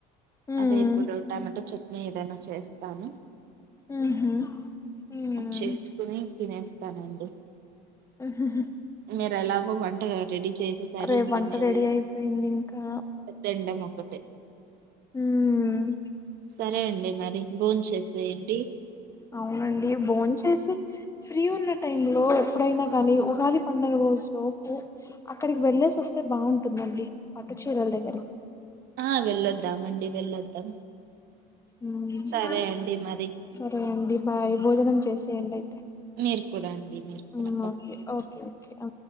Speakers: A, on the left; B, on the right.
A: ఉమ్
B: అదే ఇప్పుడు టమాట చట్నీ ఏదన్న చేస్తాను
A: ఉహు ఉమ్
B: చేసుకొని తినేస్తానండి
A: మ్ హ్ హ్ హ్
B: మీరు ఎలాగో వంట రెడీ చేసేసారు
A: రేపు
B: ఇంకా
A: వంట
B: మీరు
A: రెడీ అయిపోయింది ఇంకా
B: తిండం ఒకటే ట్
A: హ్మ్
B: సరే అండి మరి బోన్ చేసేయండి
A: అవునండి బోంచేసి ఫ్రీ ఉన్న టైమ్ లో ఎప్పుడైన కాని ఉగాది పండుగ రోజు లోపు అక్కడికి వెళ్లేేసి వస్తే బాగుంటుందండి పట్టు చీరల దగ్గరికి
B: ఆ వెళ్ళొద్దామండి వెళ్ళొద్దాం
A: మ్మ్
B: సరే అండి మరి
A: సరే అండి బాయ్ భోజనం చేసేయండి అయితే
B: మీరు కూడా అండి మీరు కూడా
A: ఉమ్ ఓకే ఓకే ఓకే ఆ